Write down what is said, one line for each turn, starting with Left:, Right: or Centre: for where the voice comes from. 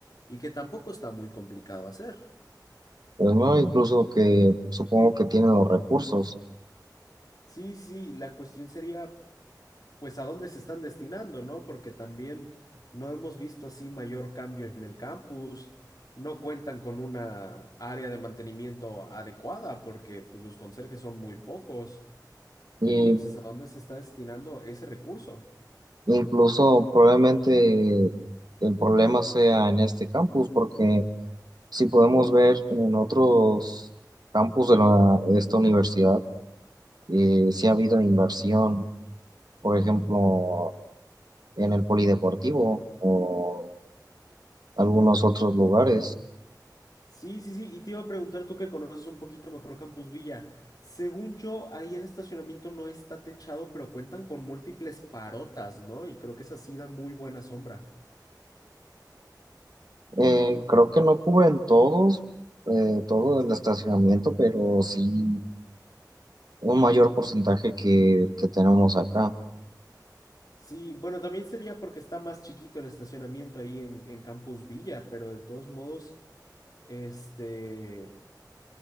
Left: y que tampoco está muy complicado hacer.
Right: Pues, ¿no? Incluso que supongo que tienen los recursos
Left: Sí, sí, la cuestión sería, pues, a dónde se están destinando, ¿no? Porque también no hemos visto así mayor cambio en el campus. No cuentan con una área de mantenimiento adecuada porque pues, los conserjes son muy pocos.
Right: y
Left: Entonces, ¿a dónde se está destinando ese recurso?
Right: incluso probablemente el problema sea en este campus porque si podemos ver en otros campus de la- esta universidad, eh, si ha habido inversión, por ejemplo, en el polideportivo o algunos otros lugares.
Left: Sí, sí, sí. Y te iba a preguntar tú que conoces un poquito mejor Campus Villa. Según yo, ahí el estacionamiento no está techado, pero cuentan con múltiples parotas, ¿no? Y creo que esas sí dan muy buena sombra.
Right: Eh, creo que no cubren todos, eh, todo el estacionamiento, pero sí un mayor porcentaje que el que tenemos acá.
Left: Sí, bueno, también sería porque está más chiquito el estacionamiento ahí en, en Campus Villa, pero de todos modos, este,